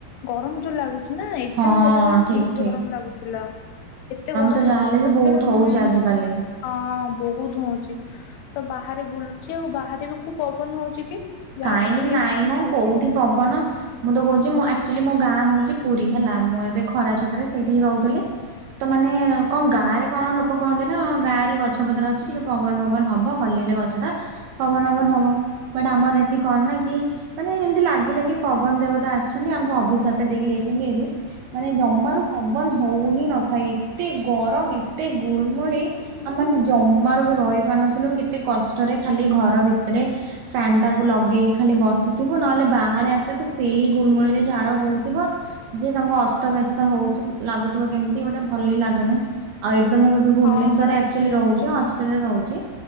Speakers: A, on the left; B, on the right.
A: ଗରମ ଯୋଉ ଲାଗୁଛି ନା ଏକ୍ଜାମ
B: ହଁ
A: ଦେଲାବେଳେ ବି
B: ଠିକ
A: ବହୁତ
B: ଠିକ
A: ଗରମ ଲାଗୁଥିଲା। ଏତେ ଗରମ
B: ତ ଯାହାହେଲେ
A: ଲାଗୁଥିଲା
B: ବି ବହୁତ
A: ଯେ ମାନେ
B: ହଉଛି ଆଜିକାଲି।
A: ହଁ ବହୁତ ହୋଉଛି ତ ବାହାରେ ବୁଲୁଚି ଆଉ ବାହାରେ ବି କୋଉ ପବନ ହଉଛି କି। ଯାହା
B: କାହିଁ
A: ଟିକେ ଟିକେ
B: ନାଇଁମ
A: ଥଣ୍ଡା ଲାଗୁଛି
B: କୋଉଠି
A: ଆଉ।
B: ପବନ ମୁଁ ତ କହୁଛି ମୁଁ ଆକ୍ଚୁଲି ମୋ ଗାଁ ହଉଛି ପୁରୀ ହେଲା ମୁଁ ଏବେ ଖରା ଛୁଟିରେ ସେଇଠି ରହୁଥିଲି। ତ ମାନେ କଣ ଗାଁ ରେ କଣ କ କହନ୍ତି ନା ଗାଁରେ ଗଛପତ୍ର ଅଛି ଟିକେ ପବନ ପବନ ହବ ହଲେଇଲେ ଗଛଟା ପବନ ପବନ ହବ ବଟ ଆମର ଏଠି କଣ ନା କି ମାନେ ଏମିତି ଲାଗିଲାକି ପବନ ଦେବତା ଆସିଛନ୍ତି ଆମକୁ ଅଭିିସାପଟା ଦେଇକି ଯାଇଛନ୍ତି ହାରି। ମାନେ ଜମାରୁ ପବନ ହଉ ହିଁ ନଥାଏ ଏତେ ଗରମ ଏତେ ଗୁଳମୁଳି। ଆମ ମାନେ ଜମାରୁ ବି ରହି ପାରୁନଥିଲୁ କେତେ କଷ୍ଟରେ ଖାଲି ଘର ଭିତରେ ଫ୍ୟାନ ଟା ଲଗେଇକି ଖାଲି ବସିଥିବ ନହେଲେ ବାହାରେ ଆସିଲେ ତ ସେଇ ଗୁଳମୁଳି ରେ ଝାଳ ବୋହୁଥିବ। ଯେ ତମକୁ ଅସ୍ତବ୍ୟସ୍ତ ହଉ ଲାଗୁଥିବ କେମିତି ଗୋଟେ ଭଲି ଲାଗେନାହିଁ। ଆଉ ଏଇଠି ତ ମୁଁ ଏ ଭୁବନେଶ୍ୱରରେ
A: ହଁ ବା
B: ଆକଚୁଲି ରହୁଛି
A: ବ
B: ହଷ୍ଟେଲରେ ରହୁଛି।